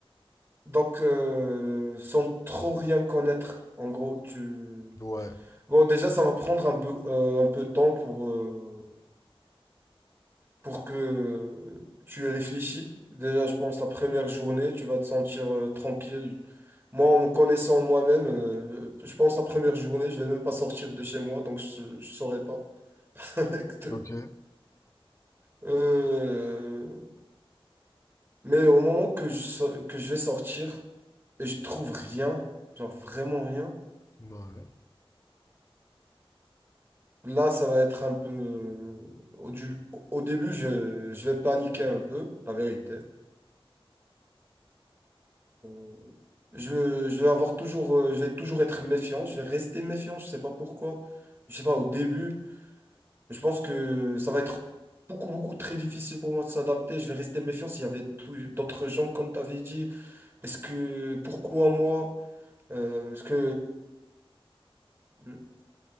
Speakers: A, on the right; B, on the left.
A: Donc, euh, sans trop rien connaître, en gros, tu...
B: Ouais.
A: Bon, déjà, ça va prendre un peu, euh, un peu de temps pour, euh, pour que tu y réfléchis. Déjà, je pense la première journée, tu vas te sentir euh, tranquille. Moi, en me connaissant moi-même, euh, je pense la première journée, je vais même pas sortir de chez moi, donc je ne saurais pas. <laughs>
B: Ok.
A: Euh, mais au moment que je, so- que je vais sortir et je trouve rien, genre vraiment rien,
B: Ouais.
A: là, ça va être un peu... euh, Au, du- au début, je, je vais paniquer un peu, la vérité. Euh, Je, je vais avoir toujours, euh, je vais toujours être méfiant, je vais rester méfiant, je sais pas pourquoi, je sais pas au début, je pense que ça va être beaucoup, beaucoup très difficile pour moi de s'adapter, je vais rester méfiant s'il y avait tout- d'autres gens comme tu avais dit, est-ce que, pourquoi moi, Euh, est-ce que le